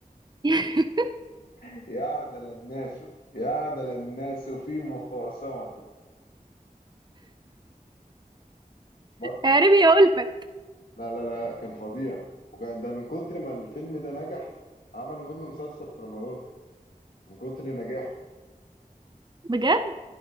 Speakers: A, on the right; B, on the left.
A: <laughs>
B: <laughs> يعدل الناس يعدل الناس في مخاصمتي برضه
A: يا ربي يا ألفت
B: لا لا لا لا كان فظيع وكان ده من كتر ما الفيلم ده نجح عملوا منه مسلسل في رمضان من كتر نجاحه
A: بجد